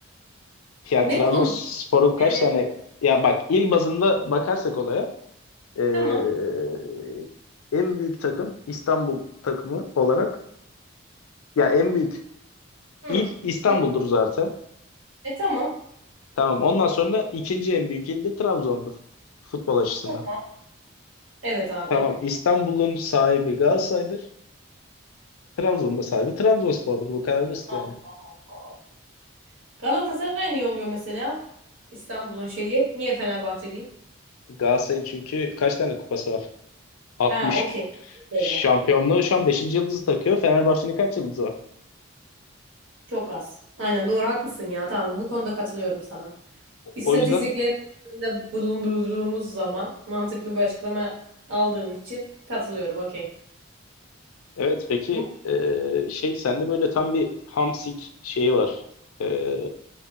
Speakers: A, on the left; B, on the right.
A: Ya
B: Ne
A: Trabzonspor'un
B: konu?
A: kaç
B: Yani
A: tane ya bak il bazında bakarsak olaya eee,
B: tamam.
A: en büyük takım İstanbul takımı olarak ya en büyük
B: Hı.
A: il İstanbul'dur
B: Hı.
A: zaten.
B: E tamam.
A: Tamam ondan sonra ikinci en büyük il de Trabzon'dur futbol açısından.
B: Tamam. Evet abi.
A: Tamam İstanbul'un sahibi Galatasaray'dır. Trabzon'da sahibi Trabzonspor'dur. Bu kadar basit
B: Allah
A: yani.
B: Allah. Galatasaray niye oluyor mesela? İstanbul'un şeyi. Niye Fenerbahçe değil?
A: Galatasaray'ın çünkü kaç tane kupası var? 60.
B: Ha okey. Belli.
A: şampiyonluğu şu an beşinci yıldızı takıyor. Fenerbahçe'nin kaç yıldızı var?
B: Çok az. Aynen doğru haklısın ya. Tamam bu konuda katılıyorum sana. İstatistikleri
A: O yüzden
B: de bulundurduğumuz zaman mantıklı bir açıklama aldığım için katılıyorum. Okey.
A: Evet peki
B: Ama
A: e, şey sende böyle tam bir hamsik şeyi var. E,